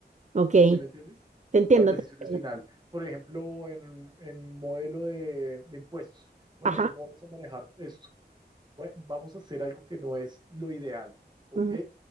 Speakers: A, on the right; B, on the right.
A: ok,
B: ¿Sí me entiendes?
A: te entiendo,
B: Las decisiones
A: te entiendo.
B: final. Por ejemplo, en, en modelo de de impuestos. Bueno,
A: Ajá.
B: ¿cómo vamos a manejar esto? Bueno, vamos a hacer algo que no es lo ideal, ¿ok?
A: ujú,